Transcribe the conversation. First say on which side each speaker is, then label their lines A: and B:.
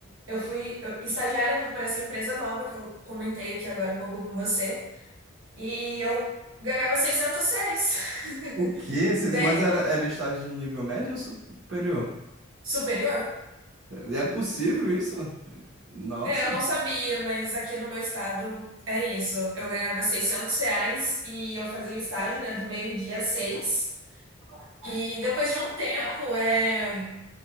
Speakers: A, on the right; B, on the right.
A: eu fui eu- estagiária, né, por essa empresa nova que eu comentei aqui agora há pouco com você. E eu ganhava 606. <laughs>
B: O quê? Cês-
A: Bem,
B: Mas era, era estágio de nível médio ou superior?
A: Superior?
B: É é possível isso? Nossa.
A: É, eu não sabia, mas aqui no meu estado é isso. Eu ganhava 600 reais e eu fazia o estágio, né, do meio-dia às seis. E depois de um tempo, é,